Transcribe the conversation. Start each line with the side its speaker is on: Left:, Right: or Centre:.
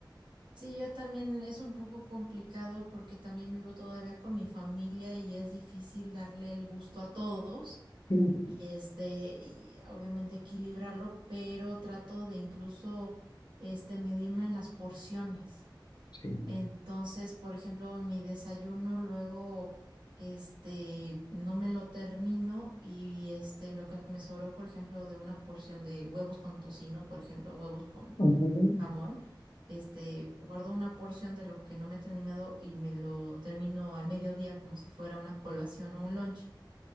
Right: Sí, yo también es un poco complicado porque también vivo todavía con mi familia y es difícil darle el gusto a todos
Left: Mm,
Right: y este, y obviamente equilibrarlo, pero trato de incluso este medirme en las porciones.
Left: Sí.
Right: Entonces, por ejemplo, mi desayuno luego, este, no me lo termino y este, lo que me sobró, por ejemplo, de una porción de huevos con tocino, por ejemplo, huevos con
Left: Ujú,
Right: jamón, este, guardo una porción de lo que no me he terminado y me lo termino al mediodía como si fuera una colación o un lunch.